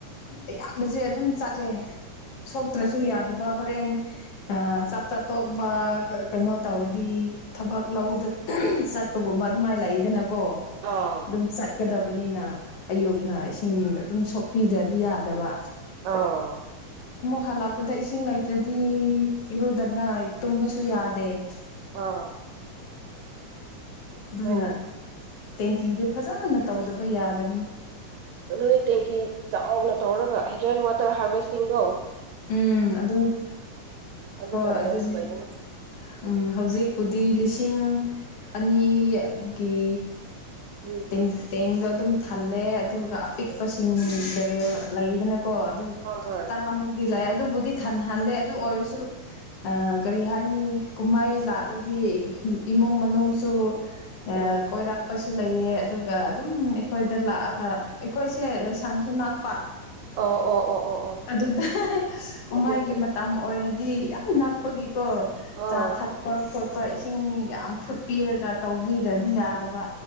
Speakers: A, on the left (about 65°); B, on the right (about 80°).
A: ꯑꯌꯥꯝꯕꯖꯦ ꯑꯗꯨꯝ ꯆꯠꯂꯦ ꯁꯣꯛꯇ꯭ꯔꯕꯁꯨ ꯌꯥꯗꯕꯥ ꯍꯣꯔꯦꯟ ꯑꯥꯆꯥꯛ ꯆꯥꯊꯣꯛꯄ ꯀꯥ ꯀꯩꯅꯣ ꯇꯧꯔꯗꯤ ꯊꯕꯛ ꯂꯧꯗ ꯆꯠꯄ ꯒꯨꯝꯕ ꯑꯗꯨꯝꯍꯥꯢꯅ ꯂꯩꯗꯅ ꯀꯣ
B: ꯑꯣ
A: ꯑꯗꯨꯝ ꯆꯠꯀꯗꯕꯅꯤꯅ ꯑꯌꯨꯛꯅ ꯏꯁꯤꯡꯒ ꯑꯗꯨꯝ ꯁꯣꯛꯄꯤꯗ꯭ꯔꯥꯗꯤ ꯌꯥꯗꯕ
B: ꯑꯣ
A: ꯍꯜꯂꯛꯄꯗꯥ ꯏꯁꯤꯡ ꯂꯩꯇ꯭ꯔꯥꯗꯤ ꯏꯔꯨꯗꯅ ꯇꯨꯝꯕꯁꯨ ꯌꯥꯗꯦ
B: ꯑꯣ ꯑꯥ
A: ꯑꯗꯨꯅꯥ
B: ꯍꯣꯏꯅꯦ
A: ꯇꯦꯡꯀꯤꯗꯤ ꯐꯖꯅꯥ ꯇꯧꯗꯕ- ꯌꯥꯗꯕꯅꯤ
B: ꯅꯣꯏ ꯇꯦꯡꯀꯤ ꯆꯥꯎꯅ ꯇꯧꯔꯒꯥ ꯍꯥꯏꯗꯤ ꯔꯦꯟ ꯋꯥꯇꯔ ꯍꯥꯔꯚꯦꯁꯇꯤꯡꯗꯣ
A: ꯎꯪ ꯑꯗꯨ
B: ꯑꯗꯨꯅ
A: ꯍꯣꯏ ꯑꯗꯨꯅꯦ
B: ꯕꯦꯁ ꯑꯣꯏꯒꯅꯤ
A: ꯎꯪ ꯍꯧꯖꯤꯛ ꯄꯨꯗꯤ ꯂꯤꯁꯤꯡ ꯑꯅꯤꯑꯥꯒꯤ
B: ꯎꯝ
A: ꯇꯦꯡ-ꯇꯦꯡꯗꯣ ꯑꯗꯨꯝ ꯊꯜꯂꯦ ꯑꯗꯨꯒ ꯑꯄꯤꯛꯄꯁꯤꯡ
B: ꯎꯝ
A: ꯕꯦꯔꯦꯜ ꯂꯩꯗꯅ ꯀꯣ ꯑꯗꯨ
B: ꯍꯣꯏ ꯍꯣꯏ
A: ꯇꯔꯥꯃꯨꯛꯇꯤ ꯂꯩꯌꯦ ꯑꯗꯨꯕꯨꯗꯤ ꯊꯜꯍꯜꯂꯦ ꯑꯗꯨ ꯑꯣꯏꯔꯁꯨ ꯑꯥ ꯀꯔꯤ ꯍꯥꯏꯅꯤ ꯀꯨꯝꯍꯩ ꯂꯥꯛꯂꯗꯤ ꯏꯃꯨꯡ- ꯃꯅꯨꯡꯁꯨ ꯑꯥ
B: ꯎꯝ
A: ꯀꯣꯏꯔꯛꯄꯁꯨ ꯂꯩ ꯑꯗꯨꯒ ꯑꯗꯨꯝ ꯑꯩꯈꯣꯏꯗ ꯂꯥꯛꯂꯥꯒ ꯑꯩꯈꯣꯏꯁꯦ ꯂꯥꯏꯁꯪꯁꯨ ꯅꯛꯄꯥ
B: ꯑꯣ ꯑꯣ ꯑꯣ ꯑꯣ ꯑꯣ
A: ꯑꯗꯨꯗꯥ ꯍꯥ ꯍꯥ ꯀꯨꯝꯃꯩꯒꯤ
B: ꯑꯗꯨꯒꯤ
A: ꯃꯇꯝ ꯑꯣꯏꯔꯗꯤ ꯗꯤ ꯌꯥꯝ ꯅꯛꯄꯒꯤꯀꯣ
B: ꯑꯥ
A: ꯆꯥ ꯊꯛꯄ- ꯈꯣꯠꯄ ꯄꯥ ꯏꯁꯤꯡ ꯌꯥꯝ ꯐꯨꯠꯄꯤꯔꯒ ꯇꯧꯕꯤꯗ꯭ꯔꯥꯗꯤ ꯌꯥꯗꯕ